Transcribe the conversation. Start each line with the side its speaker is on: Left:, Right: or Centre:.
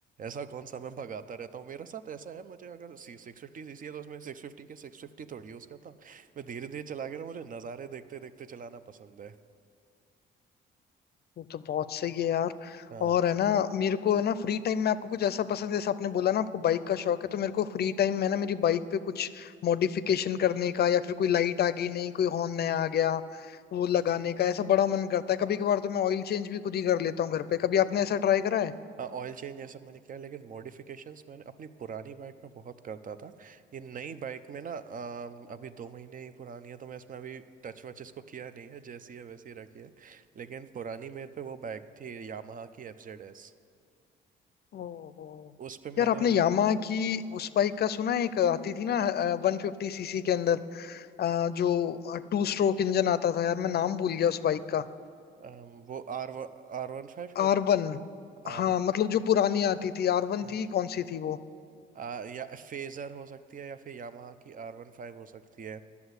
Right: ऐसा कौन सा मैं भगाता रहता हूँ मेरे साथ ऐसा है मुझे अगर सी सिक्स फिफ्टी सीसी है तो उसमें सिक्स फिफ्टी के सिक्स फिफ्टी थोड़ी यूज करता हूँ मैं धीरे धीरे चला के ना मुझे नज़ारे देखते देखते चलाना पसंद है
Left: वो तो बहुत सही है यार
Right: हाँ
Left: और है ना मेरे को है ना फ्री टाइम में आपको कुछ ऐसा पसंद है जैसे आपने बोला ना आपको बाइक का शौक है तो मेरे को फ्री टाइम में ना मेरी बाइक पे कुछ मॉडिफिकेशन करने का या फिर कोई लाइट आ गई नहीं कोई हॉर्न नया आ गया वो लगाने का ऐसा बड़ा मन करता है कभी कभार तो मैं ऑयल चेंज भी खुद ही कर लेता हूँ घर पे कभी आपने ऐसा ट्राई करा है
Right: हाँ ऑयल चेंज ये सब मैंने किया लेकिन मॉडिफिकेशंस मैंने अपनी पुरानी बाइक में बहुत करता था ये नई बाइक में ना अम, अभी दो महीने ही पुरानी है तो मैं इसमें अभी टच वच इसको किया नहीं है जैसी है वैसी ही रखी है लेकिन पुरानी मेरे पे वो बाइक थी यामाहा की एफ जेड एस
Left: ओहो
Right: उस पे मैंने
Left: यार आपने यामाहा की उस बाइक का सुना है एक आती थी ना वन फिफ्टी सीसी के अंदर अ, जो टू स्ट्रोक इंजन आता था यार मैं नाम भूल गया उस बाइक का
Right: अम, वो आर आर वन फाइव कह
Left: आर
Right: रहे
Left: वन
Right: हो
Left: हाँ
Right: आर वन
Left: मतलब जो पुरानी आती थी आर वन
Right: हाँ,
Left: थी कौन सी थी वो
Right: आ, या फेजर हो सकती है या फिर यामाहा की आर वन फाइव हो सकती है